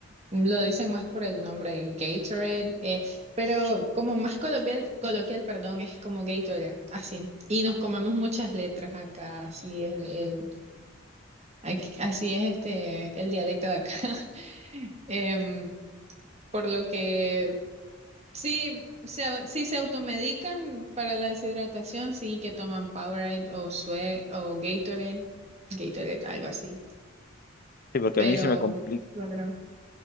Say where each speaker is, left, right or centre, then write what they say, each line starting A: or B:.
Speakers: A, on the right; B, on the left.
A: lo dicen más por el nombre Gatorade, eh, pero como más coloquial, coloquial, perdón, es como Gatorade, así. Y nos comemos muchas letras acá, así es el, el- aquí- así es este el dialecto de acá. <laughs> Em, por lo que sí se, au- sí se automedican para la deshidratación, sí que toman Powerade o Sue o Gatorade, Gatorade, algo así.
B: Sí, porque
A: Pero
B: a mí se me complica.
A: claro.